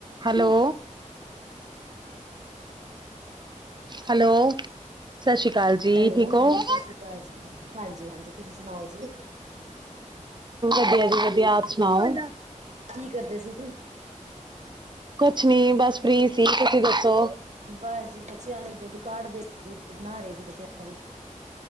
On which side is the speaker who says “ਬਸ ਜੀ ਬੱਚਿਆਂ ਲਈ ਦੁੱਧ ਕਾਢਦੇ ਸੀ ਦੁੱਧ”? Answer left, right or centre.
Right